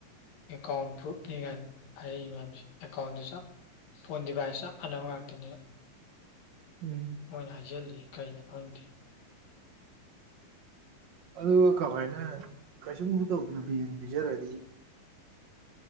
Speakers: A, on the left; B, on the right.
A: ꯑꯦꯀꯥꯎꯟ ꯄ꯭ꯔꯨꯞꯅꯦ ꯀꯥꯏꯅ ꯍꯥꯏꯔꯛꯏ ꯃꯌꯥꯝꯁꯤ ꯑꯦꯀꯥꯎꯟꯗꯨ ꯆꯞ ꯐꯣꯟ ꯗꯤꯚꯥꯏꯁ ꯆꯞ ꯃꯥꯅꯕ ꯉꯥꯛꯇꯅꯤꯕ
B: ꯎꯝ
A: ꯃꯣꯏꯅ ꯍꯥꯏꯖꯤꯜꯂꯤꯁꯤ ꯀꯩꯅꯣ ꯈꯪꯗꯦ
B: ꯑꯗꯨꯒ ꯀꯃꯥꯏꯅ ꯀꯩꯁꯨꯝꯁꯨ ꯇꯧꯗꯅ ꯕꯦꯟ ꯄꯤꯖꯔꯗꯤ